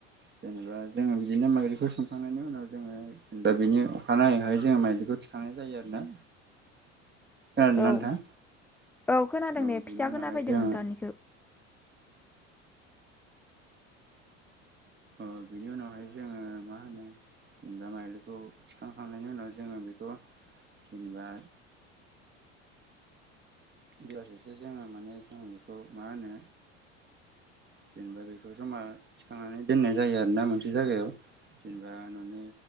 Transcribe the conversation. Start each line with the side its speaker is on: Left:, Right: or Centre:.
Right: जेनेबा जोङो बिदिनो माइगलिखौ सोमखांनायनि उनाव जोङो दा बिनि अखानायैहाय जोङो माइदिलिखौ मिखांनाय जायो आरो ना गार
Centre: औ
Right: आथां
Centre: औ खोनादों
Right: औ
Centre: दे फिसा
Right: बिनि उनावहाय
Centre: खोनाफैदों
Right: जोङो
Centre: नोंथांनिखौ
Right: अ बिनि उनावहाय जोङो मा होनो एनजााम आलुखौ थिखांखांनायनि उनाव जोङो बेखौ जेनेबा बेब्लाससो जोङो माने जों बेखौ मा होनो जेनेबा बेखौ जमा थिखांनानै दोननाय जायो आरोोना मोनसे जायगायाव जेनेबा न'नि